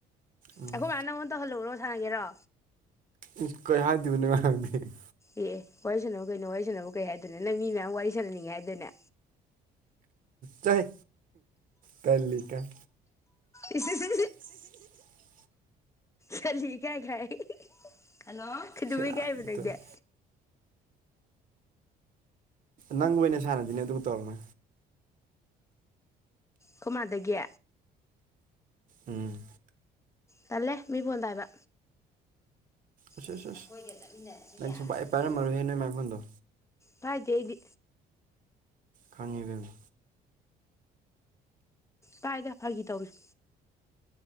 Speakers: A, on the right; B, on the left.
A: ꯎꯝ
B: ꯑꯩꯈꯣꯏ ꯃꯥ ꯅꯪꯉꯣꯟ ꯇꯧꯍꯜꯂꯛꯎꯔꯣ ꯁꯥꯟꯅꯒꯦꯔꯣ꯫
A: ꯏꯁ ꯀꯩ ꯍꯥꯏꯗꯣꯏꯕꯅ ꯅꯣꯏ ꯃꯥꯗꯗꯤ ꯫
B: ꯑꯦ ꯋꯥꯔꯤ ꯁꯥꯟꯅꯧ ꯀꯩꯅꯣ ꯋꯥꯔꯤ ꯁꯥꯟꯅꯕꯕꯨ ꯀꯩ ꯍꯥꯏꯗꯣꯏꯅꯣ ꯅꯪ ꯃꯤ ꯃꯌꯥꯝ ꯋꯥꯔꯤ ꯁꯥꯟꯅꯅꯤꯡꯉꯦ ꯍꯥꯏꯗꯥꯏꯅꯦ꯫
A: ꯆꯥꯍꯦ ꯇꯜꯂꯤ ꯏꯀꯥꯏ꯫
B: ꯏꯁ ꯏꯁ ꯏꯁ꯫
A: <unintelligible>
B: ꯇꯜꯂꯤ ꯏꯀꯥꯏ ꯀꯥꯏ ꯍꯜꯂꯣ ꯀꯩꯗꯧ
A: ꯁꯦꯔꯥꯟ
B: ꯏꯀꯥꯏꯕ ꯅꯪꯗꯤ꯫
A: ꯇꯨꯔꯥꯟ ꯅꯪ ꯑꯣꯏꯅ ꯁꯥꯟꯅꯁꯤꯅꯦ ꯑꯗꯨꯒ ꯇꯧꯔꯛꯑꯣꯅꯦ꯫
B: ꯈꯣꯏ ꯃꯥꯗꯒꯤ꯫
A: ꯎꯝ꯫
B: ꯇꯜꯂꯦ ꯃꯤ ꯐꯣꯟꯄꯥꯏꯕ꯫
A: ꯑꯁ
B: ꯑꯦ
A: ꯑꯁ ꯑꯁ
B: ꯑꯩꯈꯣꯏꯒ ꯆꯠꯃꯤꯟꯅꯔꯁꯨ
A: ꯅꯪ
B: ꯌꯥꯕꯗꯨꯕꯨ꯫
A: ꯁꯨꯡꯄꯥꯏ ꯄꯥꯏꯔꯝꯃꯔꯣꯏꯍꯦ ꯅꯣꯏ ꯃꯥꯏ ꯐꯣꯟꯗꯣ
B: ꯐꯥꯏꯗꯦ ꯑꯩꯗꯤ꯫
A: ꯈꯪꯉꯤ ꯏꯕꯦꯝꯃ꯫
B: ꯄꯥꯏꯗ ꯐꯒꯤ ꯇꯧꯕꯅꯤ꯫